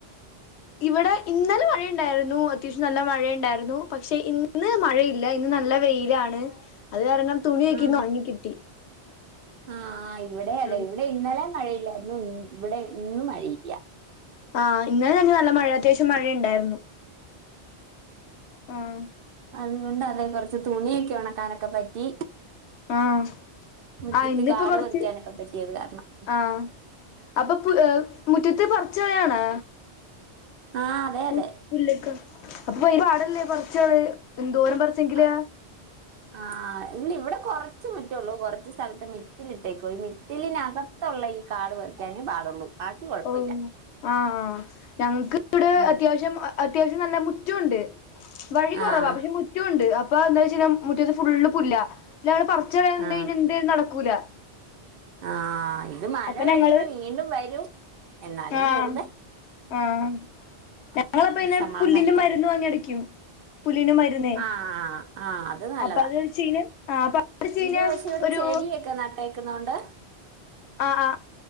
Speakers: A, on the left; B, on the right.
A: ഇവിടെ ഇന്നലെ മഴയുണ്ടായിരുന്നു അത്യാവശ്യം നല്ല മഴയുണ്ടായിരുന്നു പക്ഷെ ഇന്ന് മഴയില്ല ഇന്ന് നല്ല വെയിലാണ് അ അത് കാരണം തുണിയൊക്കയിന്ന്
B: ആഹ്
A: ഒണങ്ങി കിട്ടി.
B: ആഹ് ആയി ഇവിടെ അതെ
A: ആഹ്
B: ഇവിടെ ഇന്നലെ മഴയില്ലാര്ന്നു ഇവിടെ ഇന്നും മഴയില്ല.
A: ആഹ് ഇന്നലെ തന്നെ നല്ല മഴ അത്യാവശ്യം മഴയിണ്ടായിരുന്നു ആഹ്
B: ത്കൊണ്ട് അതെ കുറച്ച് തുണിയൊക്കെ ഉണക്കാനൊക്കെ പറ്റി
A: ആഹ്
B: മുറ്റത്ത്
A: ആഹ് ഇന്നിപ്പ
B: കാട്
A: കുറച്ച്
B: പറിക്കാനൊക്കെ പറ്റിയത് കാരണം
A: ആഹ് അപ്പൊ മുറ്റത്ത് പറി ച്ചയാണ് <unintelligible>
B: ആഹ് അതെ അതെ
A: പ്പൊയി പാടല്ലേ പറിച്ചളയ് എന്തോരം പറച്ചെങ്കില്
B: ആഹ് ആഹ് ഇല്ലെ ഇവിടെ കൊറച്ച് മുറ്റമൊള്ളൂ കൊറച്ച് സ്ഥലത്ത് മിറ്റലിട്ടേക്കുവാ ഈ മിറ്റലിനകത്തുള്ള ഈ കാട് പറിക്കാനേ പാടുള്ളൂ. ബാക്കി കുഴപ്പമില്ല
A: ഓ ആഹ് ആഹ് ഞങ്ങ്ക് ഇവിടൂ
B: ഉം
A: അത്യാവശ്യം അത്യാവശ്യം നല്ല മുറ്റുംണ്ട് വഴി
B: ആഹ്
A: കുറവാ പക്ഷെ മുറ്റുംണ്ട് അപ്പ എന്താെച്ച മുറ്റത്ത് ഫുള്ള് പുല്ല രൾ പറിച്ച് കളയനിന്ന്
B: ആഹ്
A: കഴിഞ്ഞാൽ എന്താലും നടക്കൂല
B: ആഹ് ഇത് മഴ
A: അപ്പൊ
B: കഴിയുമ്പോ
A: ഞങ്ങള്
B: വീണ്ടും വരും എന്നാലും
A: ആഹ്
B: വെറുതെ
A: ആഹ് ഞങ്ങളപ്പ
B: ഒരു
A: ഇന്നെ
B: സമാധാനത്തിന്
A: പുല്ലിന്റെ മരുന്ന് വാങ്ങി അടിക്കും പുല്ലിന് മരുന്നേ
B: ആഹ് ആഹ് അത് നല്ലതാ
A: അപ്പൊ അത് വെച്ച് കഴിഞ്ഞാ ആഹ് അപ്പൊ അത് വെച്ച് കഴിഞ്ഞാ
B: ഇത് പക്ഷെ ഇവിടെ
A: ഒരു
B: ചെടിയൊക്കെ നട്ടെ ക്ക്ന്നുണ്ട്
A: ആഹ് ആഹ്